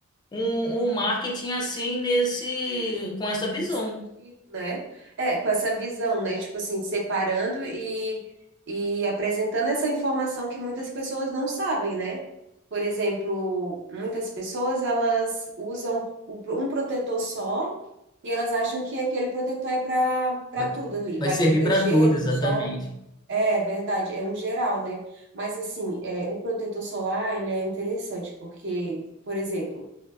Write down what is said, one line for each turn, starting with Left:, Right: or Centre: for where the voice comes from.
Left: um, um marketing assim nesse com essa visão.
Right: Nesse sentido, né? É, com essa visão, né? Tipo assim, separando e, e apresentando essa informação que muitas pessoas não sabem, né? Por exemplo, muitas pessoas elas usam o pro- um protetor só e elas acham que aquele protetor é para para
Left: Vai,
Right: tudo ali,
Left: vai
Right: vai
Left: servir
Right: proteger
Left: para tudo, exatamente.
Right: do sol. É verdade, é um geral, né? Mas assim, é, o protetor solar, ele é interessante porque, por exemplo,